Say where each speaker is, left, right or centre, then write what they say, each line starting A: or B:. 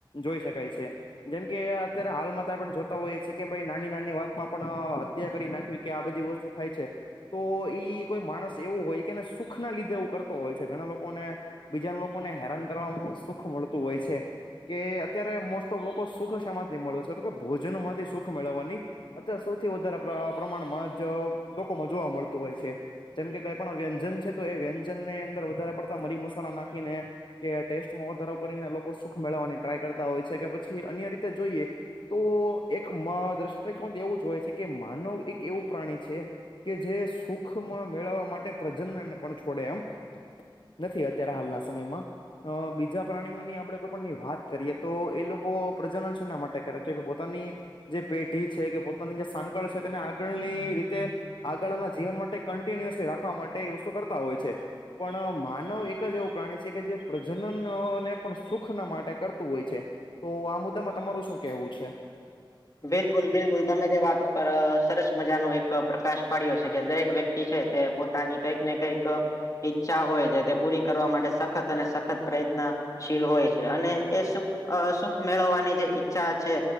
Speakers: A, on the left; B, on the left.
A: જોઈ શકાય છે જેમ કે, અત્યારે હાલમાં પણ જોતા હોઈએ છ છે કે ભાઈ નાની નાની વાતમાં પણ હત્યા કરી નાખવી કે આ બધી વસ્તુ થાય છે. તો ઈ કોઈ માણસ એવું હોય કેને સુખ ના લીધે એવું કરતો હોય છે. ઘણા લોકોને બીજા લોકોને હેરાન કરવાવામાં પણ સુખ મળતું હોય છે. કે અત્યારે મોસ્ટ ઓફ લોકો સુખ સમાતની મળે છે તો કે ભોજન માંથી સુખ મેળવવાની અત્યારે સૌથી વધારે પ્રમાણમાં જ લોકોમાં જોવા મળતું હોય છે. જેમ કે કંઈ પણ વ્યંજન છે તો એ વ્યંજન ની અંદર વધારે પડતા મરી મસાલા નાખીને કે ટેસ્ટમાં વધારો કરીને લોકો સુખ મેળવવાની ટ્રાય કરતા હોય છે કે પછી અન્ય રીતે જોઈએ. તો એક દ્રષ્ટિકોંત એવું જ હોય છે કે માનવ એક એવું પ્રાણી છે. કે જે સુખમાં મેળવવા માટે પ્રજનને પણ છોડે એમ નથી. અત્યારે હાલના સમયમાં અ બીજા પ્રાણીઓની આપડે કોઈ પણની વાત કરીએ તો એ લોકો પ્રજનન છેના માટે કરે છે પોતાની જે પેઢી છે કે, પોતાની જે સાંકળ છે તેને આગળની રીતે આગળના જીવન માટે કન્ટિન્યુઅસલી રાખવા માટે એ વસ્તુ કરતા હોય છે. પણ માનવ એક જ એવું પ્રાણી છે કે જે, પ્રજનનને પણ સુખ ના માટે કરતું હોય છે. તો આ મુદ્દામાં તમારું શું કેવું છે?
B: બિલકુલ બિલકુલ તમે જે વાત ઉપર સરસ મજાનો એક પ્રકાશ પાડ્યો છે કે દરેક વ્યક્તિ છે તે પોતાની કંઈક ને કઈક ઈચ્છા હોય છે તે પૂરી કરવા માટે સખત અને સખત પ્રયત્ન શીલ હોય છે અને એ સુખ સુખ મેળવવાની જે ઈચ્છા છે,